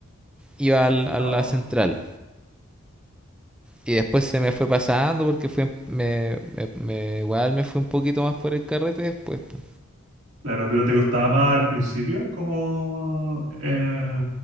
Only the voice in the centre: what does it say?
Iba al- a la
central. Y después se me fue pasando porque fue, me, me- me- igual me fui un poquito más por el carrete después. po.